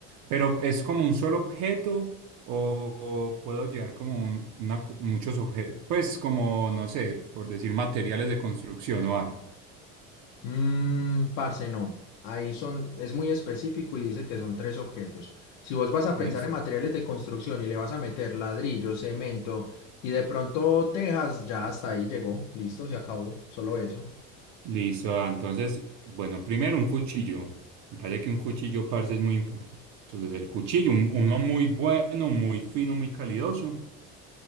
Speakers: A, on the right (about 65°); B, on the left (about 75°).
A: Pero es como un solo objeto o, o puedo llevar como un- una co- muchos objetos, pues como, no sé, por decir materiales de construcción o algo.
B: Mm, parce, no. Ahí son, es muy específico y dice que son tres objetos. Si vos vas a pensar
A: Listo.
B: en materiales de construcción y le vas a meter ladrillo, cemento y de pronto tejas, ya hasta ahí llegó, listo, se acabó, solo eso.
A: Listo, ah, entonces, bueno, primero un cuchillo. Me parece que un cuchillo, parce, es muy importante. Entonces, el cuchillo, un- uno muy bueno, muy fino, muy calidoso.